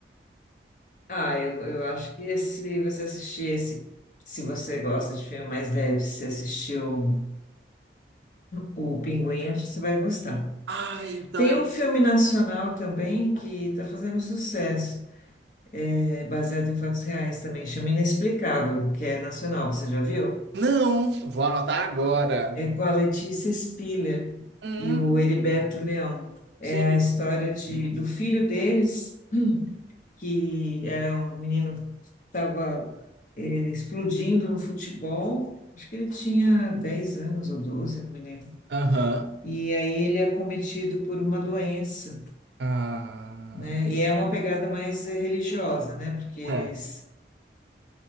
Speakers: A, on the left (about 45°); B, on the right (about 80°).
A: Ah, eu, eu acho que se você assistir esse, se você gosta de filme mais leve, se você assistiu o Pinguim, acho que você vai gostar.
B: Ah, então
A: Tem
B: eu.
A: um filme nacional também que está fazendo sucesso, é baseado em fatos reais também, chama Inexplicável, que é nacional, você já viu?
B: Não, vou anotar agora.
A: É com a Letícia Spiller
B: Hum,
A: e o Heriberto Leão. É
B: sim.
A: a história de, do filho deles, que era um menino que estava explodindo no futebol. Acho que ele tinha 10 anos ou 12, não me lembro.
B: Aham.
A: E aí ele é acometido por uma doença,
B: Ah,
A: né? E é uma pegada mais eh, religiosa, né? Porque eles
B: tá.